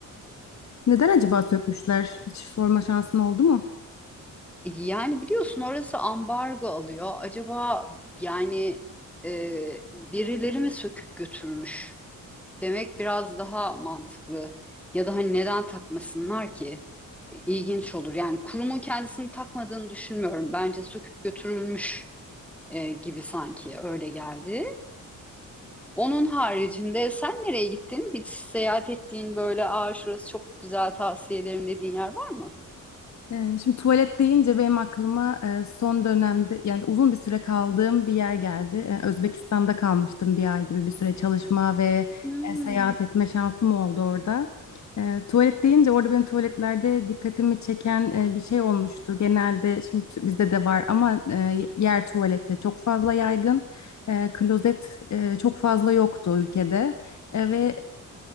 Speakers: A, on the left; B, in the centre.
A: Neden acaba sökmüşler? Hiç sorma şansın oldu mu?
B: E, Yani biliyorsun orası ambargo alıyor. Acaba yani e, birileri mi söküp götürmüş? demek biraz daha mantıklı. Ya da hani neden takmasınlar ki? E, İlginç olur. Yani kurumun kendisini takmadığını düşünmüyorum. Bence söküp götürülmüş e, gibi sanki öyle geldi. Onun haricinde sen nereye gittin? Hiç seyahat ettiğin böyle aa şurası çok güzel tavsiye ederim dediğin yer var mı?
A: Ee, Şimdi tuvalet deyince benim aklıma e, son dönemde yani uzun bir süre kaldığım bir yer geldi. Ee, Özbekistan'da kalmıştım bir ay gibi bir süre çalışma ve
B: Hmm.
A: e, seyahat etme şansım oldu orada. Ee, Tuvalet deyince orada benim tuvaletlerde dikkatimi çeken e, bir şey olmuştu. Genelde şimdi t- bizde de var ama e, yer tuvaleti çok fazla yaygın. E, Klozet e, çok fazla yoktu ülkede. E, Ve